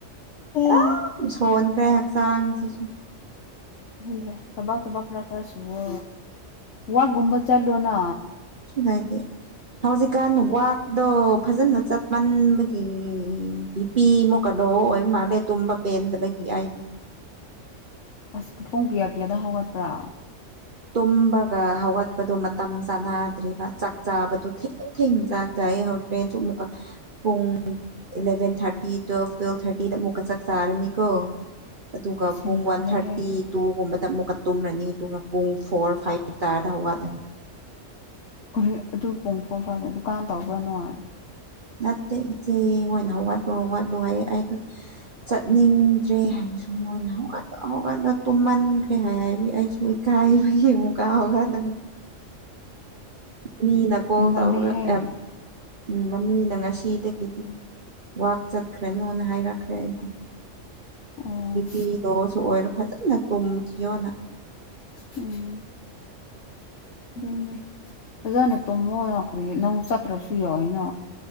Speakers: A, on the left; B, on the right.
A: ꯈꯪꯗ꯭ꯔꯦ
B: ꯌꯥꯝ ꯁꯣꯟꯈ꯭ꯔꯦ ꯍꯛꯆꯥꯡꯁꯤꯁꯨ
A: ꯎꯗ꯭ꯔꯦ ꯊꯕꯥꯥꯛ ꯊꯕꯥꯥꯛ ꯈꯔ ꯈꯔ ꯁꯨꯋꯣ ꯋꯥꯒꯨꯝꯕ ꯆꯠꯂꯨꯅ
B: ꯍꯥꯏꯇꯦ ꯍꯧꯖꯤꯛꯀꯥꯟꯗꯤ ꯋꯥꯛ ꯑꯗꯣ ꯐꯖꯅ ꯆꯠ ꯃꯟꯕꯒꯤ ꯕꯤ ꯄꯤ ꯛꯃꯨꯛꯒ ꯂꯣ ꯑꯣꯏ ꯃꯥꯜꯂꯦ ꯇꯨꯝꯕ ꯄꯦꯟꯗꯕꯒꯤ ꯑꯩꯗꯤ
A: ꯑꯁ ꯄꯨꯡ ꯀꯌꯥ ꯀꯌꯥꯗ ꯍꯠꯒꯠꯄ꯭ꯔꯥ
B: ꯇꯨꯝꯕꯒ ꯍꯧꯋꯥꯠꯄꯗꯨ ꯃꯇꯝ ꯆꯥꯟꯅꯗ꯭ꯔꯤꯕ ꯆꯥꯛ ꯆꯥꯕꯗꯨ ꯊꯦꯡ ꯊꯦꯡꯅ ꯆꯥꯛ ꯆꯥꯏ ꯍꯣꯔꯦꯟꯁꯨꯨ ꯑꯃꯨꯛꯀ ꯄꯨꯡ ꯏꯂꯚꯦꯟ ꯊꯥꯔꯇꯤ ꯇꯨꯋꯦꯜꯐ ꯇꯨꯋꯦꯜꯞ ꯊꯥꯔꯇꯤꯗ ꯑꯃꯨꯛꯀ ꯆꯛ ꯆꯥꯔꯅꯤꯀꯣ ꯑꯗꯨꯒ
A: ꯑꯁ
B: ꯄꯨꯡ
A: ꯍꯦꯟꯃꯜꯂꯦꯍꯦ
B: ꯋꯥꯟ ꯊꯥꯔꯇꯤ ꯇꯨꯒꯨꯝꯕꯗ ꯑꯃꯨꯛꯀ ꯇꯨꯝꯔꯅꯤ ꯑꯗꯨꯒ ꯄꯨꯡ ꯐꯣꯔ ꯐꯥꯏꯚ ꯇꯥꯔꯗ ꯍꯧꯒꯠꯂꯅꯤ
A: ꯀꯔꯤ ꯑꯗꯨ ꯄꯨꯡ ꯐꯣꯔ ꯐꯥꯐ ꯗꯨꯀꯥꯟ ꯇꯧꯕ꯭ꯔꯥ ꯅꯣꯏ
B: ꯅꯠꯇꯦ ꯏꯆꯦ ꯍꯣꯏꯅ ꯍꯧꯒꯠꯌꯣ ꯍꯧꯒꯠꯂꯣ ꯑꯩꯗꯣ ꯆꯠꯅꯤꯡꯗ꯭ꯔꯦ ꯍꯥꯏꯅꯁꯨ ꯃꯣꯏꯅ ꯍꯧꯒꯠ ꯍꯧꯀꯠꯂꯣ ꯇꯨꯝꯃꯟꯈ꯭ꯔꯦ ꯍꯥꯏ ꯍꯥꯏꯕꯒꯤ ꯑꯩꯁꯨ ꯀꯥꯏꯃꯨꯀ <unintelligible> <unintelligible> ꯃꯤꯅ ꯀꯣꯜ
A: ꯍꯦꯟꯃꯜꯂꯦꯍꯦ
B: ꯇꯧꯔ ꯑꯦꯝ ꯎꯝ ꯃꯃꯤꯅ ꯉꯁꯤꯗꯒꯤꯗꯤ ꯋꯥꯛ ꯆꯠꯈ꯭ꯔꯅꯣꯅ ꯍꯥꯏꯔꯛꯈ꯭ꯔꯦ ꯑꯩꯗꯤ
A: ꯑꯣ
B: ꯕꯤꯄꯤ ꯂꯣꯁꯨ ꯑꯣꯏꯔꯣ ꯐꯖꯅ ꯇꯨꯝꯈꯤꯌꯣꯅ
A: ꯎꯝ ꯑꯗꯨꯅꯦ ꯑꯣꯖꯥꯅ ꯇꯨꯝꯃꯣ ꯀꯔꯤ ꯅꯪ ꯆꯠꯇ꯭ꯔꯁꯨ ꯌꯥꯢꯅ